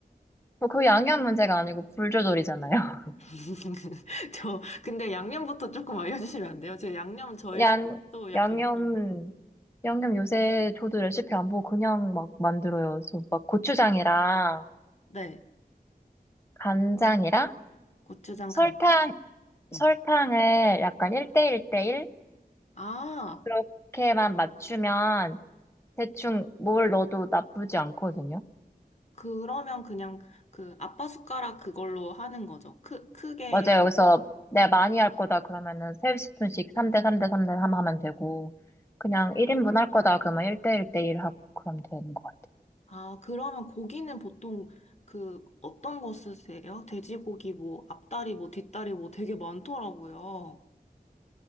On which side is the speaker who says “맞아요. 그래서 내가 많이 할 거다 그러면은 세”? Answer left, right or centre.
Left